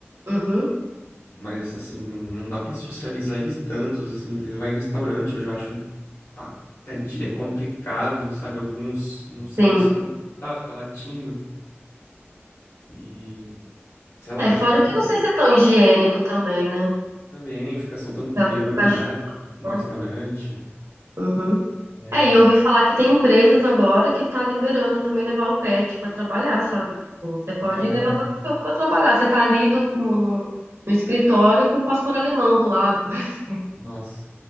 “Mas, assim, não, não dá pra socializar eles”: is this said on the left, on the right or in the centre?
Left